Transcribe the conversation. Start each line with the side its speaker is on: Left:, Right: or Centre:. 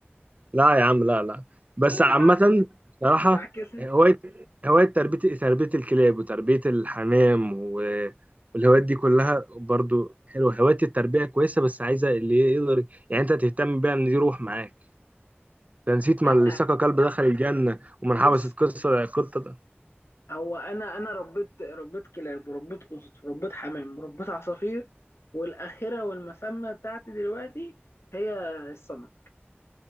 Right: لا يا عم لا لا بس
Left: آه،
Right: عامة
Left: بتع-
Right: بصراحة
Left: بتعكسها
Right: هواية هواية تربية تربية الكلاب وتربية الحمام و- والهوايات دي كلها برضو حلوة هواية التربية كويسة بس عايزة اللي يقدر يعني انت تهتم بيها ان دي روح معاك ده نسيت
Left: لا
Right: ما اللي سقى كلب دخل الجنة ومن حبست
Left: بص
Right: قصة قطة ده
Left: هو انا انا ربيت ربيت كلاب وربيت قطط وربيت حمام وربيت عصافير والاخره والمسمى بتاعتي دلوقتي هي السمك